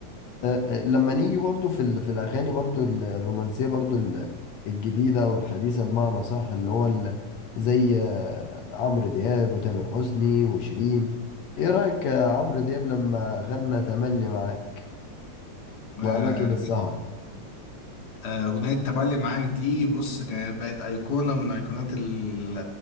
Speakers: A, on the left; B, on the left.
A: أه، أه، لما نيجي برضو في ال- في الاغاني برضو ال- الرومانسيه برضو ال- الجديده والحديثه بمعنى صح اللي هو ال- زي أه، عمرو دياب وتامر حسني وشيرين ايه رايك أه، عمرو دياب لما غنى تملي معاك
B: آه،
A: واماكن السهر
B: آه، أغنية تملي معاك دي بص كانت بقت أيقونة من أيقونات ال-